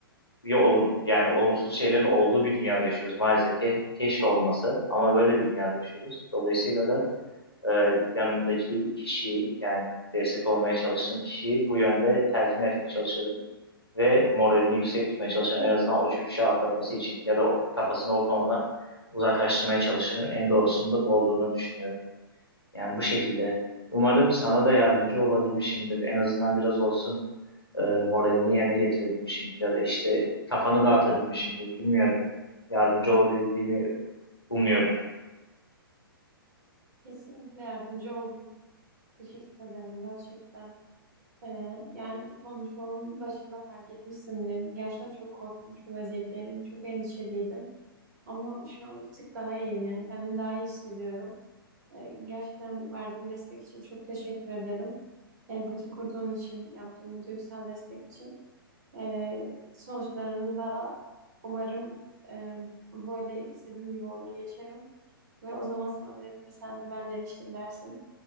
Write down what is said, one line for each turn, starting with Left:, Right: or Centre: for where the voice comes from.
Left: bir olum, yani olumsuz şeylerin olduğu bir dünyada yaşıyoruz. Maalesef ki keşke olmasa ama böyle bir dünyada yaşıyoruz. Dolayısıyla da e, yanındaki kişiyi yani destek olmaya çalıştığım kişiyi bu yönde telkin etmeye çalışırım ve moralini yüksek tutmaya çalışırım. En azından o çöküşü atlatması için ya da o- kafasını o konudan uzaklaştırmaya çalışırım. En doğrusunun da bu olduğunu düşünüyorum. Yani bu şekilde. Umarım sana da yardımcı olabilmişimdir. En azından biraz olsun e, moralini yerine getirebilmişimdir ya da işte kafanı dağıtabilmişimdir. Bilmiyorum. Yardımcı olabildiğimi umuyorum.
Right: Kesinlikle yardımcı oldum. Teşekkür ederim gerçekten. Ee, yani konuşmamın başında fark etmişsindir. Gerçekten çok korkmuş bir vaziyetteydim. Çok endişeliydim. Ama şu an bir tık daha iyiyim. Yani kendimi daha iyi hissediyorum. Ee, gerçekten verdiğin destek için çok teşekkür ederim. Empati kurduğun için, yaptığın bu duygusal destek için. Ee, sonuçlarını da umarım e, böyle istediğim gibi olur geçerim. Ve o zaman sana derim ve sen de ben demiştim dersin.